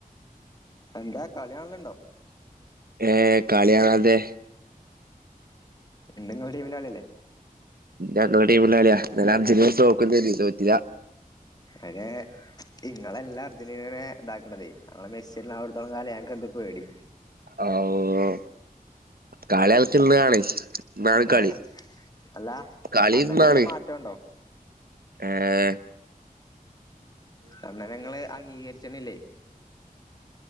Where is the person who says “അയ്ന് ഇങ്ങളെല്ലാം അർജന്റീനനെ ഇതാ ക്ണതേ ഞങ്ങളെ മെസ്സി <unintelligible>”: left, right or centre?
Left